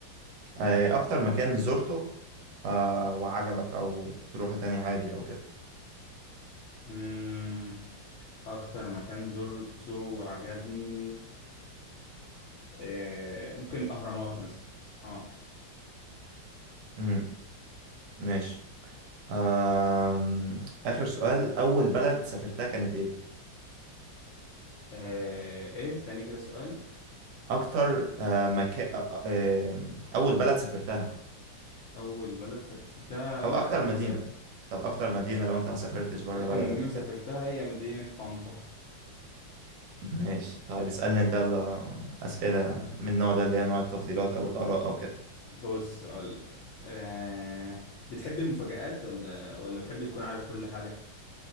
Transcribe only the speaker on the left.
مم... اكتر مكان زرته وعجبني آه... ممكن الاهرامات مثلا اه
آه، ايه تاني كده السؤال
اول بلد سافرتها
لا
انا
مسافر
اكتر
من مدينه
سافرتها
هي مدينه طنطا
بص اقول لك آه... بتحب المفاجآت ولا ولا بتحب تكون عارف كل حاجة